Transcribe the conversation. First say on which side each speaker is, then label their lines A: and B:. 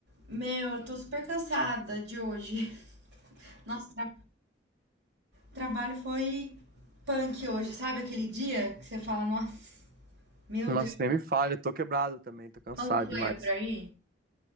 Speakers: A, on the right; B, on the right.
A: Meu, eu tô super cansada de hoje. <laughs> Nossa, tra- trabalho foi punk hoje. Sabe aquele dia que você fala, nossa, meu
B: Nossa,
A: Deus.
B: nem me fale, eu tô quebrado também, tô cansado
A: Como que foi
B: demais.
A: por aí?